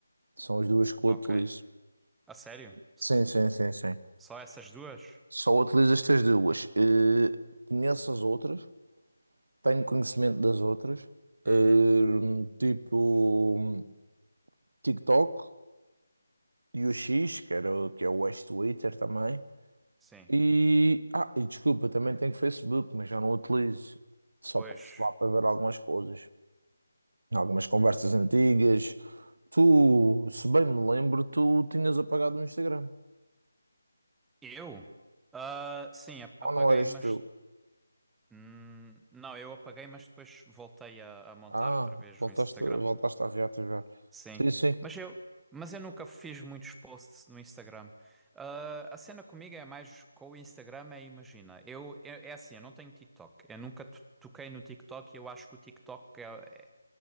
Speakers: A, on the right; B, in the centre.
A: São as duas que eu
B: Ok.
A: utilizo.
B: A sério? S-
A: Sim, sim, sim, sim.
B: Só essas duas?
A: Só utilizo estas duas. Eh, conheço as outras, tenho conhecimento das outras, Eh,
B: Uhum.
A: tipo TikTok e o X, que era, o- que é o ex-Twitter também.
B: Sim.
A: E, ah, e desculpa, também tenho Facebook, mas já não utilizo. Só
B: Pois.
A: passo lá para ver algumas coisas, algumas conversas antigas. Tu, se bem me lembro, tu tinhas apagado o Instagram.
B: Eu? Ah, sim, ap-
A: Ou
B: apaguei,
A: não eras
B: mas.
A: tu?
B: hum, não, eu apaguei, mas depois voltei a, a montar
A: Ah,
B: outra vez
A: voltaste,
B: o Instagram.
A: voltaste a reativar.
B: Sim,
A: Sim, sim.
B: mas eu, mas eu nunca fiz muitos posts no Instagram. Ah, a cena comigo é mais com o Instagram, é imagina. Eu, é, é assim, eu não tenho TikTok. Eu nunca to- toquei no TikTok e eu acho que o TikTok é, é,